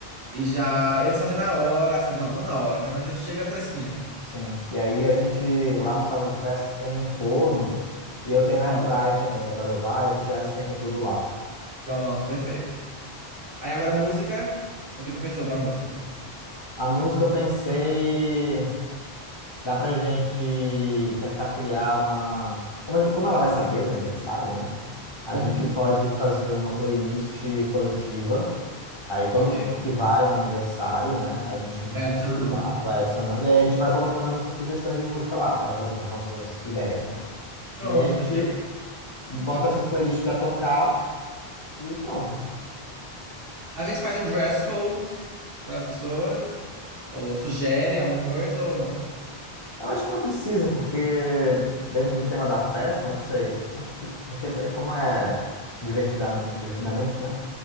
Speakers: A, on the right; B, on the left.
A: e já. Eles fazem na hora, assim, não, não na hora, né? Mas ele chega fresquinho.
B: sim. E aí a gente, lá no salão de festas, tem forno e eu tenho
A: Pronto,
B: air fryer também, dá pra levar, e a gente já esquenta tudo lá.
A: pronto, perfeito. Aí agora a música, o que tu pensou pra música?
B: A música eu pensei, dá pra gente tentar criar uma. Como, a gente- como ela vai saber do aniversário, né? A
A: Uhum,
B: gente pode fazer uma playlist coletiva Aí todo
A: ok.
B: mundo que vai no aniversário, né, a gente inclui
A: Vai adicionando.
B: lá, vai adicionando, e aí a gente vai colocando as nossas sugestões de música lá, as, as nossas ideias, né?
A: Pronto,
B: Daí a gente
A: perfeito.
B: bota essa playlist para tocar e pronto.
A: A gente faz um dress code para as pessoas, ou sugere alguma coisa ou não.
B: Eu acho que não precisa, porque dentro do tema da festa, não sei. Acho que, porque é como é divertidamente, divertidamente, né?